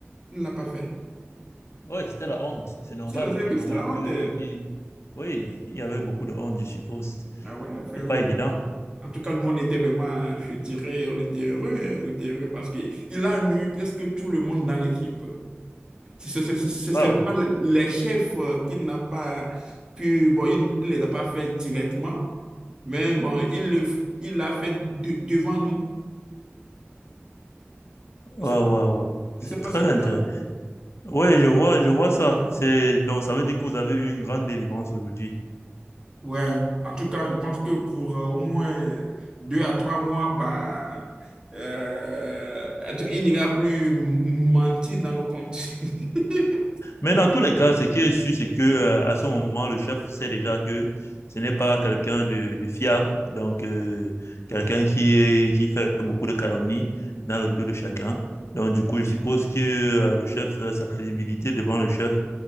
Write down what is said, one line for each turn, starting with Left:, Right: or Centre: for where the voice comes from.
Right: Il ne l'a pas fait.
Left: Ouais, c'était la honte. C'est normal.
Right: C'était la,
Left: C'est
Right: oui,
Left: normal
Right: c'était la honte.
Left: que, qu'il- Oui, il y avait beaucoup de honte, je suppose.
Right: Ah ouais, frérot.
Left: C'est pas évident.
Right: En tout cas, nous, on était vraiment, je dirais, on était heureux. hein, on était heureux parce qu'il a nui presque tout le monde dans l'équipe. C'est c'est- c'est- c'est
Left: Waouh.
Right: seulement les chefs euh, qu'il n'a pas pu, bon, il ne les a pas fait directement. Mais bon, il le, f- il l'a fait de- devant nous.
Left: Waouh,
Right: Je sais,
Left: waouh, waouh. C'est
Right: je sais
Left: très
Right: pas si tu
Left: intéressant.
Right: as-
Left: Oui, je vois, je vois ça. C'est, donc, ça veut dire que vous avez eu une grande délivrance aujourd'hui.
Right: Ouais, en tout cas, je pense que pour euh, au moins deux à trois mois, bah, euh, il n'ira plus m- mentir dans nos comptes. <laughs>
Left: Mais dans tous les cas, ce qui est sûr, c'est que, euh, à ce moment, le chef sait déjà que ce n'est pas quelqu'un de, de fiable. Donc, euh, quelqu'un qui est, qui fait beaucoup de calomnies dans le dos de chacun. Donc, du coup, je suppose que, euh, le chef, euh, sa crédibilité devant le chef,